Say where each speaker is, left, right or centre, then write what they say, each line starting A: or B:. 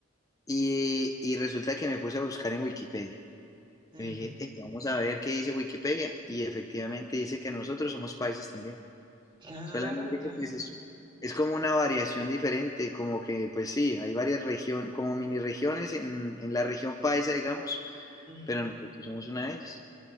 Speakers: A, on the left (about 15°); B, on the right (about 25°).
A: y, y resulta que me puse a buscar en Wikipedia.
B: Ajá.
A: Yo dije, "Eh, vamos a ver qué dice Wikipedia. Y efectivamente dice que nosotros somos paisas también.
B: Claro,
A: Solamente
B: claro.
A: que pues es, es como una variación diferente, como que pues sí, hay varias regiones, como mini regiones en, en la región paisa, digamos,
B: Ajá.
A: pero nosotros somos una de ellas.